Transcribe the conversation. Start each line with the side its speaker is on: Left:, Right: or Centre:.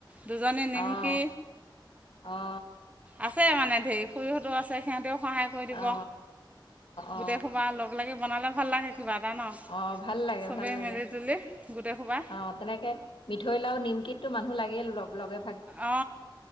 Right: দুজনীয়ে নিমকি,
Left: অ অ
Right: আছে মানে সেই খুৰীহঁতো আছে সিহঁতেও সহায় কৰি দিব,
Left: অ অ
Right: গোটেই খোবা লগ-লাগি বনালে ভাল লাগে কিবা। এটা ন
Left: অ, ভাল লাগে,
Right: চবেই
Left: ভাল লাগে,
Right: মিলি জুলি গোটেই সোপা
Left: অ, তেনেকে মিঠৈ লাৰু, নিমকিত ত মানুহ লাগিলে লগ লগত
Right: অ,